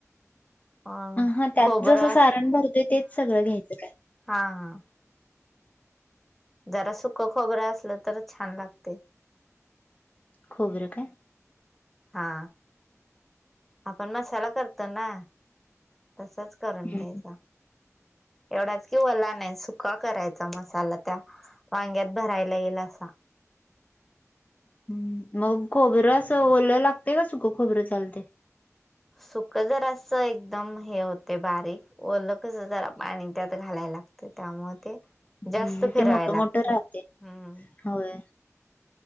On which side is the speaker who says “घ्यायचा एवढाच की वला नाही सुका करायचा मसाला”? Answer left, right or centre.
Centre